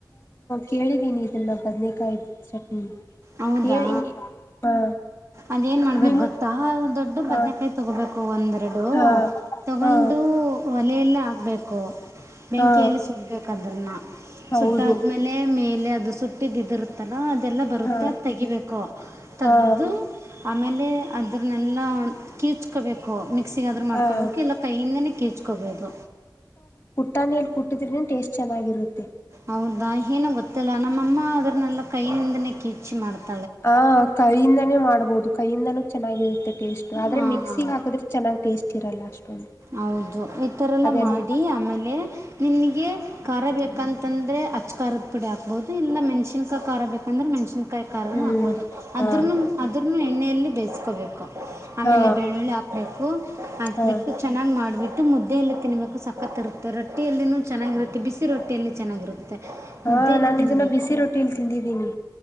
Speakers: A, on the left; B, on the right.
A: ಕೇಳಿದೀನಿ ಇದೆಲ್ಲ ಬದ್ನೇಕಾಯಿ ಚಟ್ನಿ
B: ಹೌದಾ
A: ಕೇಳಿ ಹಾ
B: ಅದೇನು ಮಾಡ್ಬೇಕು
A: ನೀವು
B: ಗೊತ್ತಾ ದೊಡ್ಡ ಬದನೆೇಕಾಯಿ
A: ಹಾ
B: ತೊಗೋಬೇಕು ಒಂದೆರಡು
A: ಹಾ
B: ತಗೊಂಡು
A: ಹಾ
B: ಒಲೆಯೆಲ್ಲ ಆಗಬೇಕು ಬೆಂಕಿಯಲ್ಲಿ
A: ಹಾ
B: ಸುಡ್ಬೇಕಂತ ಅದನ್ನ
A: ಹೌದು
B: ಸುಟ್ಟ ಆದ್ಮೇಲೆ ಮೇ ಲ್ಲಿ ಅದು ಸುಟ್ಟಿದ ಇದಿರುತ್ತ ಅದೆಲ್ಲ
A: ಹಾ
B: ತೆಗಿಬೇಕು ತೆೆಗದು
A: ಹಾ
B: ಆಮೇಲೆ ಅದ್ರನ್ನೆಲ್ಲ ಕೀಚ್ಕೋಬೇಕು ಮಿಕ್ ಮಿಕ್ಸಿಂಗ ಆದ್ರು ಮಾಡ್ಕೊಬೇಕು
A: ಹಾ
B: ಇಲ್ಲ ಕೈಯಿಂದನೇ ಕೀಚ್ಕೋಬೋದು.
A: ತಾನಿಯಲ್ಲಿ ಕುಟ್ಟಿದ್ರನ ಟೇಸ್ಟ್ ಚೆನ್ನಾಗಿರುತ್ತೆ
B: ಹೌದಾ ಏನು ಗೊತ್ತಿಲ್ಲ ನಮ್ಮಅಮ್ಮ ಆದ್ರ ನ ಕೈಯಿಂದನೇ ಕಿಚಿ ಮಾಡ್ತ್
A: ಹಾ ಕೈಯಿಂದನೇ ಮಾಡ್ ಮಾಡ್ಬಹುದು ಕೈಯಿಂದನೂ ಚೆನ್ನಾಗಿರುತ್ತೆ ಕಿಚ್ಚ್ ಆದ್ರೆ
B: ಹಾಂ
A: ಮಿಕ್ಸಿ ಹಾಕಿದ್ರೆ ಚೆನ್ನಾಗ್ ಟೇಸ್ಟ್ ಇರಲ್ಲ ಅಷ್ಟೊಂದು
B: ಹೌದು, ಈಥರೆಲ್ಲ
A: ಅದೆಲ್ಲ
B: ಮಾಡಿ ಆಮೇಲೆ ನಿನಿಗೆ ಖಾರ ಬೇಕಂತಂದ್ರೆ ಅಚ್ ಖಾರದ ಪುಡಿ ಹಾಕ್ಬಹುದು ಇಲ್ಲ ಮೆಣ್ಸನ್ಕ ಖಾರ ಬೇಕಂದ್ರೆ ಮೆಣಸಿನ್ ಕೈ ಕಾರನು
A: ಹ್ಮ್
B: ಹಾಕ್ಬಹುದು
A: ಹಾ
B: ಅದ್ರ್ನು ಅದ್ರ್ನು ಎಣ್ಣೆಯಲ್ಲಿ ಬೇಯಿಸ್ಕೋಬೇಕು. ಆಮೇಲೆ
A: ಹಾ
B: ಬೆಳ್ಳುಳ್ಳಿ ಹಾಕ್ಬೇಕು ಹಾಕ್ಬಿಟ್ಟು
A: ಹಾ
B: ಮಾಡಿಬಿಟ್ಟು ಮುದ್ದೆಯಲ್ಲಿ ತಿನ್ಬೇಕು ಸಕ್ಕತ್ತ್ ಇರುತ್ತೆ ರೊಟ್ಟಿಯಲ್ಲಿೂ ಚೆನ್ನಾಗಿರುತ್ತೆ ಬಿಸಿ ರೊಟ್ಟಿಯಲ್ಲಿ ಚೆನ್ನಾಗಿರುತ್ತೆ
A: ಹಾ
B: ಮುದ್ದೆಯಲ್ಲೇ
A: ನಾನು
B: ತಿನ್ನಬೇಕು
A: ಇದನ್ನ ಬಿಸಿ ರೊಟ್ಟಿಲ್ ತಿಂದಿದ್ದೀನಿ